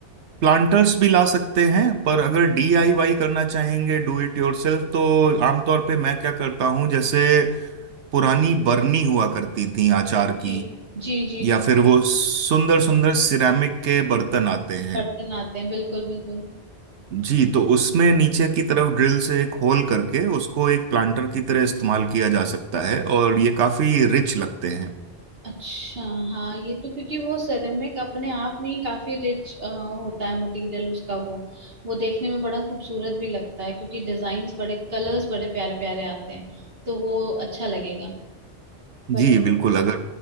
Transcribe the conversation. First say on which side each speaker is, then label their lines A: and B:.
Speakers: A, on the right; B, on the right.
A: प्लांटर्स भी ला सकते हैं पर अगर डीआईवाई करना चाहेंगे डू इट योरसेल्फ तो आमतौर पे मैं क्या करता हूँ जैसे पुरानी बरनी हुआ करती थी आचार
B: जी
A: की
B: जी जी जी,
A: या फिर वो सुंदर सुंदर सिरेमिक के बर्तन आते हैं
B: बर्तन आते हैं बिल्कुल बिल्कुल
A: जी तो उसमें नीचे की तरफ ड्रिल से एक होल करके उसको एक प्लांटर की तरह इस्तेमाल किया जा सकता है और ये काफी रिच लगते हैं
B: अच्छा हाँ ये तो क्योंकि वो सेरेमिक अपने आप में ही काफी रिच होता है मटेरियल उसका वो वो देखने में बड़ा खूबसूरत भी लगता है क्योंकि डिजाइन्स बड़े कलर्स बड़े प्यारे प्यारे आते हैं तो वो अच्छा लगेगा बढ़िया
A: जी
B: लगेगा।
A: बिल्कुल अगर